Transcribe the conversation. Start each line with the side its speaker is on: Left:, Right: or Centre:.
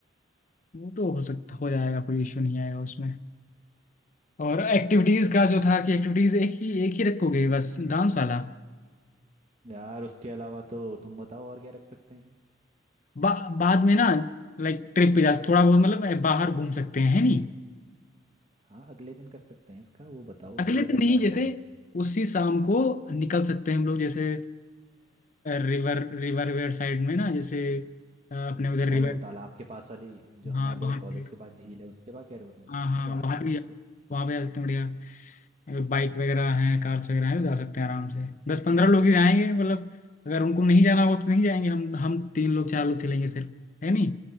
Left: वो तो हो सकता हो जाएगा कोई इशू नहीं आएगा उसमें और एक्टिविटीज का जो था कि एक्टिविटीज एक ही एक ही रखोगे बस डांस वाला
Right: यार उसके अलावा तो तुम बताओ और क्या रख सकते हैं
Left: बा, बाद में ना लाइक ट्रिप पे जा थोड़ा बहुत मतलब अ, बाहर घूम सकते हैं है नहीं
Right: हाँ अगले दिन कर सकते हैं इसका वो बताओ उसके
Left: अगले
Right: लिए
Left: दिन
Right: क्या
Left: नहीं
Right: प्लान
Left: जैसे
Right: करेंगे
Left: उसी शाम को निकल सकते हैं हम लोग जैसे रिवर रिवर वेयर साइड में ना जैसे अ, अपने
Right: अच्छा
Left: उधर रिवर
Right: वो तालाब के पास वाली जो हमारे
Left: हाँ वहाँ
Right: वो कॉलेज
Left: पे
Right: के पास झील है उसके पास कह रहे हो तुम
Left: हाँ
Right: हाँ
Left: हाँ
Right: जा
Left: वहाँ
Right: सकते
Left: भी
Right: हैं
Left: वहाँ भी जा सकते हैं बढ़िया अगर बाइक वगैरह हैं कार्स वगैरह हैं तो जा सकते हैं आराम से दस पंद्रह लोग ही जाएंगे मतलब अगर उनको नहीं जाना होगा तो नहीं जाएंगे हम हम तीन लोग चार लोग चलेंगे सिर्फ है नहीं